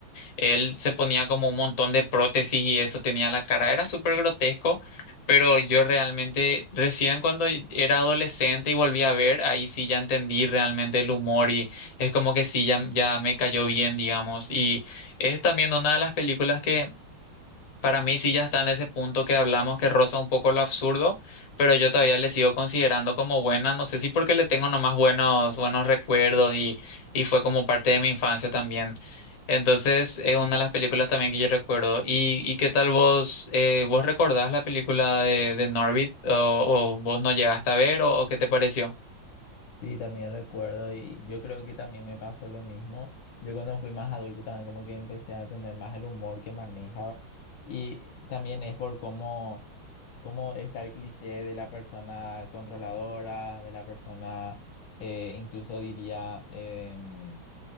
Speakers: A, on the left; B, on the left.
A: Él se ponía como un montón de prótesis y eso tenía la cara, era súper grotesco, pero yo realmente recién cuando era adolescente y volví a ver, ahí sí ya entendí realmente el humor y es como que sí, ya, ya me cayó bien, digamos, y es también una de las películas que... Para mí sí ya está en ese punto que hablamos que roza un poco lo absurdo, pero yo todavía le sigo considerando como buena, no sé si porque le tengo nomás buenos, buenos recuerdos y, y fue como parte de mi infancia también. Entonces es una de las películas también que yo recuerdo. ¿Y, y qué tal vos, eh, vos recordás la película de, de Norbit o, o vos no llegaste a ver o, o qué te pareció?
B: Sí, también recuerdo y yo creo que también me pasó lo mismo. Yo cuando fui más adulto también como que empecé a tener más el humor que maneja y también es por cómo, cómo está el cliché de la persona controladora, de la persona, eh, incluso diría, em,